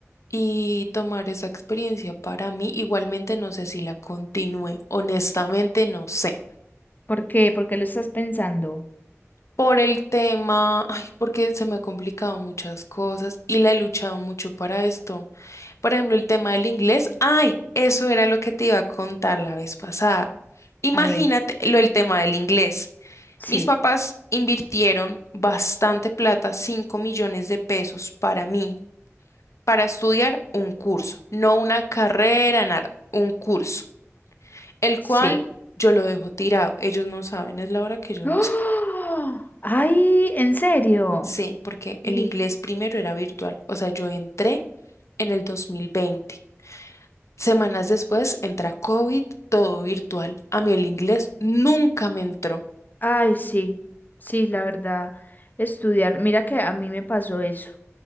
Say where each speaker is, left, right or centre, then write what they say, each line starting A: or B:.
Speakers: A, on the left; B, on the left.
A: y tomar esa experiencia para mí. Igualmente no sé si la continúe, honestamente no sé.
B: ¿Por qué? ¿Por qué lo estás pensando?
A: Por el tema, ay, porque se me ha complicado muchas cosas y la he luchado mucho para esto. Por ejemplo, el tema del inglés, ay, eso era lo que te iba a contar la vez pasada. Imagínate
B: A ver,
A: lo el tema del inglés.
B: sí,
A: Mis papás invirtieron bastante plata, 5 millones de pesos para mí para estudiar un curso, no una carrera, nada, un curso, el
B: sí.
A: cual yo lo dejo tirado. Ellos no saben, es la hora que ellos
B: ¡Ah!
A: no <laughs> saben.
B: ¡Ay! ¿En serio?
A: Sí, porque
B: Y,
A: el inglés primero era virtual, o sea, yo entré en el 2020. Semanas después entra COVID, todo virtual. A mí el inglés nunca me entró.
B: ay, sí, sí, la verdad, estudiar. Mira que a mí me pasó eso.